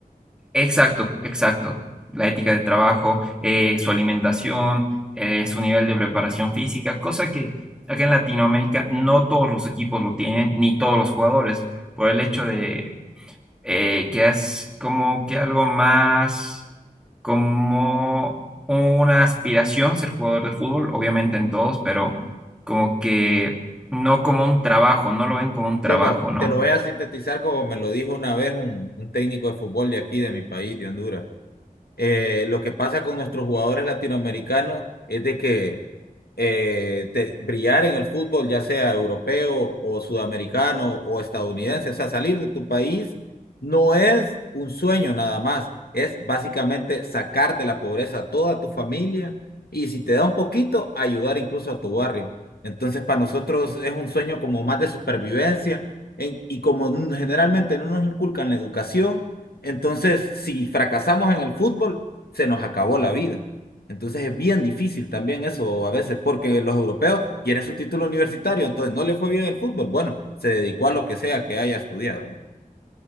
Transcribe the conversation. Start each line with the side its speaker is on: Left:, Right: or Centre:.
Centre: exacto, exacto, la ética de trabajo, eh, su alimentación, eh, su nivel de preparación física, cosa que acá en Latinoamérica no todos los equipos lo tienen, ni todos los jugadores por el hecho de eh, que es como que algo más como una aspiración ser jugador de fútbol, obviamente en todos, pero como que no como un trabajo, no lo ven como un trabajo,
Left: Te lo,
Centre: ¿no?
Left: te lo voy a sintetizar como me lo dijo una vez un, un técnico de fútbol de aquí, de mi país, de Honduras. Eh, lo que pasa con nuestros jugadores latinoamericanos es de que eh, te- brillar en el fútbol, ya sea europeo o sudamericano o estadounidense. O sea, salir de tu país no es un sueño nada más, es básicamente sacar de la pobreza a toda tu familia y si te da un poquito, ayudar incluso a tu barrio. Entonces, para nosotros es un sueño como más de supervivencia en- y como n- generalmente no nos inculcan la educación, entonces si fracasamos en el fútbol, se nos acabó la vida. Entonces es bien difícil también eso a veces, porque los europeos quieren su título universitario, entonces no le fue bien el fútbol. Bueno, se dedicó a lo que sea que haya estudiado. ¿no?